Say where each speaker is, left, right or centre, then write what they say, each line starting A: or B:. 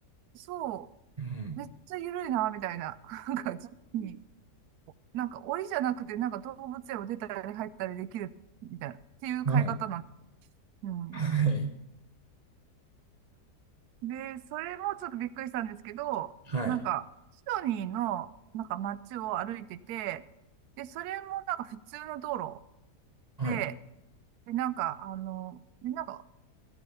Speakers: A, on the right (about 75°); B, on the right (about 45°).
A: そ
B: うん。
A: う、めっちゃ緩いな、みたいな。なんか、自分に、なんか、檻じゃなくて、なんか動物園を出たり入ったりできる、みたいな、っていう飼い方なん、
B: はい。
A: うん。
B: はい。
A: で、それもちょっとびっくりしたんですけど、
B: はい。
A: なんか、シドニーの、なんか街を歩いてて、で、それもなんか普通の道路
B: はい。
A: で、で、なんか、あの、で、なんか、